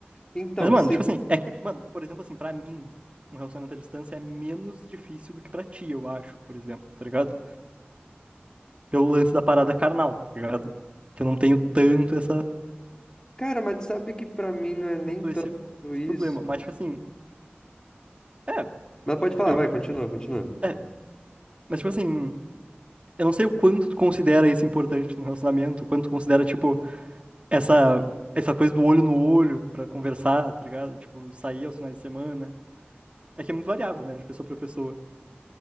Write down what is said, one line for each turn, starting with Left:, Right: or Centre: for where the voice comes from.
Left: Então,
Right: Mas, mano,
Left: se...
Right: tipo assim, é que, mano, por exemplo, assim, pra mim, um relacionamento à distância é menos difícil do que pra ti, eu acho, por exemplo, tá ligado? Pelo lance da parada carnal, tá ligado? Que eu não tenho tanto essa,
Left: Cara, mas tu sabe que pra mim não é nem
Right: tanto
Left: tanto
Right: esse, esse
Left: isso.
Right: problema. Mas, tipo assim, é,
Left: Mas pode falar,
Right: eu,
Left: vai, continua, continua.
Right: é, mas, tipo assim, eu não sei o quanto tu considera isso importante no relacionamento, o quanto tu considera, tipo, essa, essa coisa do olho no olho pra conversar, tá ligado? Tipo, sair aos finais de semana. É que é muito variável, né, de pessoa pra pessoa.